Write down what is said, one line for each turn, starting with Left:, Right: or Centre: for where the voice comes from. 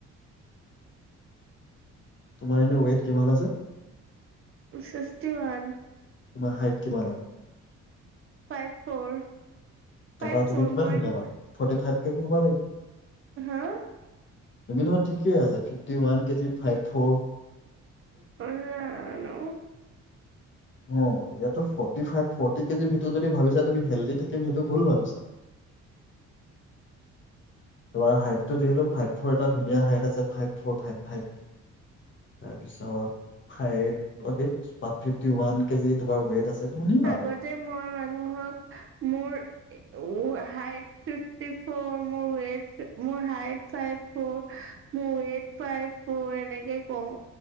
Left: তোমাৰ এনে ৱেট কিমান আছে
Right: চিচটি ওৱান
Left: তোমাৰ হাইট কিমান আৰু
Right: ফাইভ ফ'ৰ
Left: তাৰপা
Right: ফাইভ
Left: তুমি
Right: ফৰ
Left: কিমান
Right: পই
Left: হেৰি
Right: ন
Left: পাবা ফৰ্টি ফাইভ কেজি হ'ব নেকি
Right: হা
Left: তুমি দেখোন ঠিকেই আছা ফিভটিৱান কেজি ফাইভ ফৌৰ
Right: হ'ল জানো
Left: অহ ', ইয়াটো ফ, ফৰ্টী -ফাইভ ফৰ্টি কেজিৰ ভিতৰত যদি ভাবিছা, হেল্ডি, থাকিম সেইটো ভুল ভাবিছা, তোমাৰ হাইড টো যিহেতু ফাইভ-ফ'ৰ এটা ধুনীয়া হাইট আছে ফাইভ ফ'ৰ-ফাইভ- ফাইভ, তাৰপিছত five' forty, fifty -one KG তোমাৰ ৱেইট আছে। ধুনীয়া
Right: আগতে
Left: আৰু
Right: মই মানুহক মোৰ উ, হাইট ফিফটি -ফৰ, মোৰ ৱেট, মোৰ হাইট ফাইভ-ফৰ, মোৰ-ৱেট ফাইভ -ফৰ এনেকে কওঁ।